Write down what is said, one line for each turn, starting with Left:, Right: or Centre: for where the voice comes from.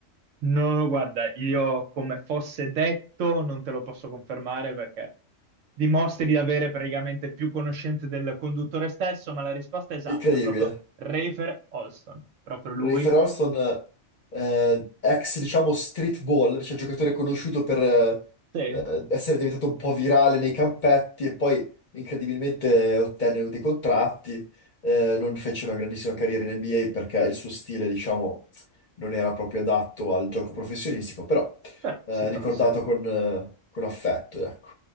Right: No, guarda, io come fosse detto non te lo posso confermare perché dimostri di avere praticamente più conoscenze del conduttore stesso, ma la risposta è esatta,
Left: Incredibile.
Right: proprio Rafer Olston, proprio lui.
Left: Refer Alston, eh, ex, diciamo, street ball, cioè giocatore conosciuto per eh,
Right: Sì,
Left: eh, essere diventato un po' virale nei campetti e poi incredibilmente ottenne dei contratti. Eh, non fece una grandissima carriera in NBA perché il suo stile, diciamo, non era proprio adatto al gioco professionistico, però
Right: però
Left: eh,
Right: si tolse.
Left: ricordato con, eh, con affetto, ecco,